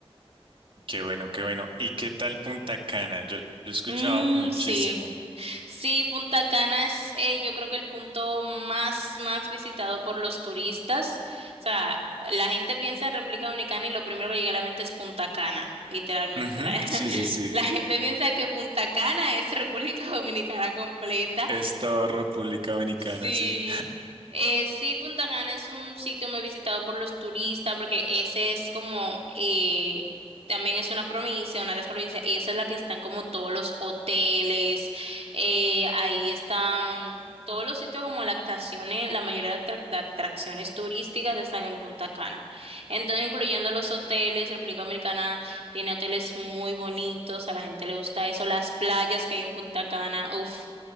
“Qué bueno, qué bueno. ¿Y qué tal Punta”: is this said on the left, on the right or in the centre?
Right